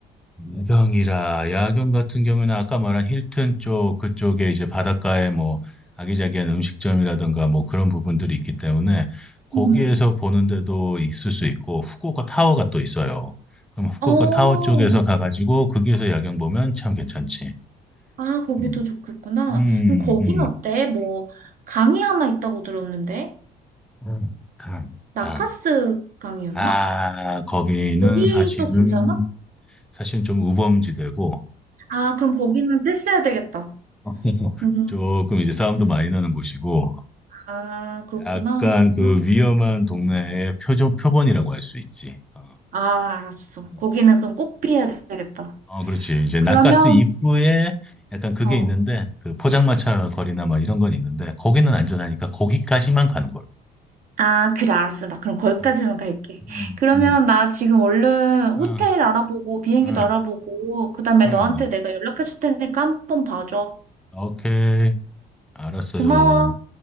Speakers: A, in the centre; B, on the right.
A: 야경이라 야경 같은 경우는 에 아까 말한 힐튼 쪽 그쪽에 이제 바닷가에 뭐 아기자기한 음식점이라든가 뭐 그런 부분들이 있기 때문에 거기에서
B: 음.
A: 보는데도 있을 수 있고 후쿠오카 타워가 또 있어요. 그럼 후쿠오카
B: 어.
A: 타워 쪽에서 가가지고 거기에서 야경 보면 참 괜찮지.
B: 아, 거기도
A: 음,
B: 좋겠구나.
A: 음,
B: 그럼 거긴
A: 음.
B: 어때? 뭐 강이 하나 있다고 들었는데.
A: 음, 강,
B: 나카스
A: 강.
B: 강이었나?
A: 아, 거기는
B: 거기도
A: 사실은
B: 괜찮아?
A: 사실 좀 우범지대고
B: 아, 그럼 거기는 패스해야 되겠다.
A: <laughs>
B: 음.
A: 조금 이제 싸움도 많이 나는 곳이고
B: 아, 그렇구나.
A: 약간 그
B: 음.
A: 위험한 동네의 표적 표본이라고 할 수 있지. 어,
B: 아, 알았어.
A: 음.
B: 거기는 그럼 꼭 피해야 되겠다.
A: 어, 그렇지. 이제
B: 그러면
A: 낙가스 입구에 약간 그게
B: 어.
A: 있는데 그 포장마차 거리나 뭐 이런 건 있는데 거기는 안전하니까 거기까지만 가는 걸.
B: 아, 그래, 알았어. 나 그럼 거기까지만
A: 어,
B: 갈게.
A: 음,
B: 그러면
A: 음,
B: 나 지금 얼른 호텔
A: 어,
B: 알아보고, 비행기도
A: 어,
B: 알아보고, 그 다음에
A: 어.
B: 너한테 내가 연락해 줄 테니까 한번 봐줘.
A: 오케이. 알았어요.
B: 고마워.